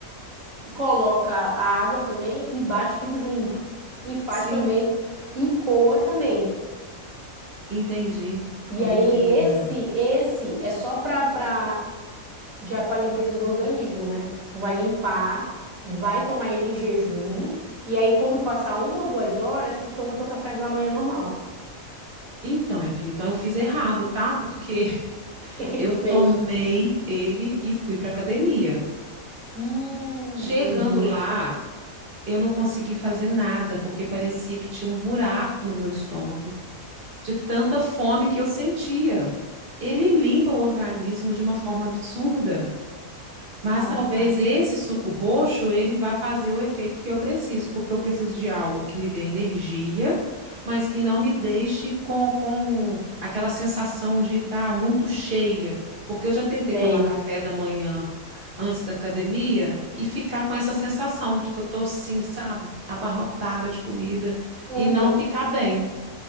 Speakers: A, on the right (about 70°); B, on the right (about 45°).
A: coloca a água também e bate tudo junto. E faz
B: sim.
A: também e coa também.
B: Entendi.
A: E
B: Menina.
A: aí esse esse é só para para já para limpeza do organismo, né? Tu vai limpar, vai tomar ele em jejum e aí quando passar uma ou duas horas, tu toma teu café da manhã normal. <laughs>
B: Então, minha filha, então eu fiz errado, tá? Porque <laughs>
A: O que que
B: eu
A: tu
B: tomei
A: fez?
B: ele e fui para academia.
A: Hum,
B: Chegando
A: entendi.
B: lá, eu não consegui fazer nada, porque parecia que tinha um buraco no meu estômago, de tanta fome que eu sentia. Ele limpa o organismo de uma forma absurda. Mas
A: Ah,
B: talvez
A: tá.
B: esse suco roxo ele vá fazer o efeito que eu preciso, porque eu preciso de algo que me dê energia, mas que não me deixe com, com aquela sensação de estar muito cheia, porque eu já tentei
A: Sei.
B: tomar café da manhã antes da academia e ficar com essa sensação de que eu estou assim, sabe, abarrotada de comida
A: Uhum.
B: e não ficar bem.